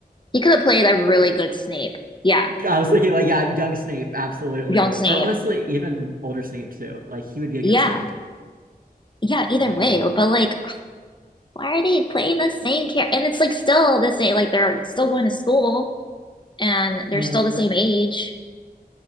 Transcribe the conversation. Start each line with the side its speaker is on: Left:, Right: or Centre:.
Left: He could have played a really good Snape. Yeah,
Right: I was thinking like yeah, young Snape, absolutely.
Left: young Snape.
Right: Or honestly, even older Snape too. Like he would be a
Left: Yeah.
Right: good Snape.
Left: Yeah, either
Right: Yeah.
Left: way. But like, why are they playing the same character? And it's like still the same, like they're still going to school and they're
Right: And
Left: still the
Right: like
Left: same age.